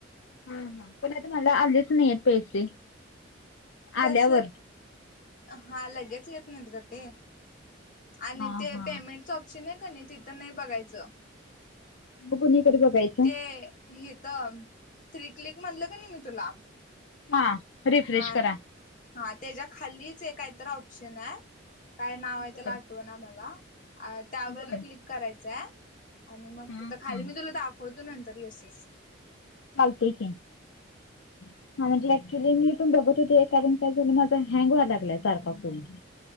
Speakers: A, on the left (about 70°); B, on the left (about 40°).
A: हा हा पण आता मला आलेच नाही आहेत पैसे
B: तस
A: आल्यावर.
B: हा लगेच येत नाहीत का ते आणि
A: हा
B: ते
A: हा.
B: पेमेंटच ऑप्शन आहे क नाही तिथं नाही बघायचं
A: मग कुणीकडे बघायचं?
B: ते हेत थ्री क्लिक म्हणलं का नाही मी तुला.
A: हा रिफ्रेश
B: हा
A: करा.
B: हा त्याच्या खालीच एकहीतर ऑप्शन आहे काय नाव आहे
A: बर
B: त्याला आठव ना मला. अ त्यावर
A: बर.
B: क्लिक करायचं. आणि मग
A: हा
B: तिथ
A: हा.
B: खाली मी तुला दाखवतो नंतर येसस.
A: चालते की हा म्हणजे. क्च्युली मी पण बघत होते एखादन काय झालं माझा हँग व्हा लागलाय सारखा फोन.